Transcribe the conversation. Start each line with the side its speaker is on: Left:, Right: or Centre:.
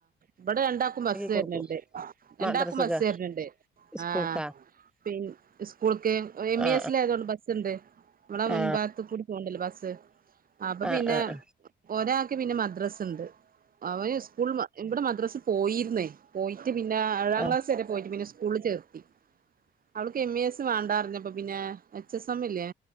Right: ഇവിടെ രണ്ടാക്കും ബസ്
Centre: കൊടുക്കും
Right: വര്ണണ്ട് രണ്ടാക്കും
Centre: മദ്രസക്കാ
Right: ബസ് വരണണ്ട്
Centre: സ്കൂൾക്കാ
Right: ആ പി സ്കൂൾക്ക് എം
Centre: ആ
Right: ഇ എസ് ആയതോണ്ട് ബസ്സ്ണ്ട് ഇവിടെ മുൻഭാഗത്തക്കൂടി
Centre: ആ
Right: പോവ്ണ്ടല്ലോ ബസ് അപ്പൊ
Centre: ആ ആ
Right: പിന്നെ
Centre: ആ ആ
Right: ഒരാ ക്ക് പിന്നെ മദ്രസ്സ്ണ്ട് അവന് സ്കൂള് മ ഇവിടെ മദ്രസ്സി പോയിര്ന്ന് പോയി ട്ട് പിന്നെ ഏഴാം
Centre: ആ
Right: ക്ലാസ്സ് വരെ പോയിട്ട് പിന്നെ സ് കൂളില് ചേർത്തി അവൾക്ക് എം ഇ എസ് വേണ്ടാറിഞ്ഞപ്പ പിന്നെ എച്ച് എസ് എം ഇല്ലേ